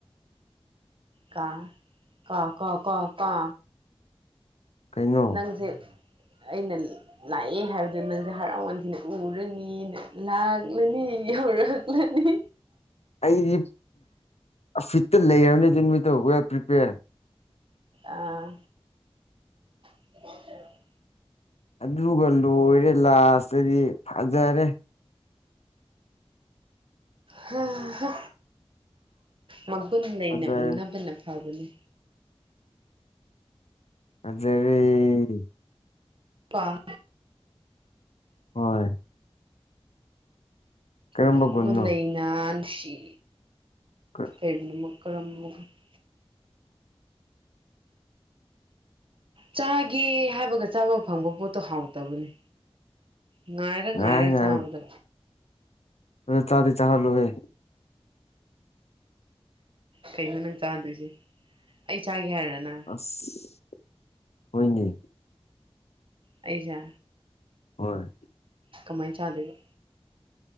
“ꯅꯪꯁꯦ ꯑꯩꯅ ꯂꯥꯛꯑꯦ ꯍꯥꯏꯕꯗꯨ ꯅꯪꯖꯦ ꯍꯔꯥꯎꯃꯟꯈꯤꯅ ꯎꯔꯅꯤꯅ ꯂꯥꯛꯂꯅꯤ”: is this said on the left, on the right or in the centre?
Right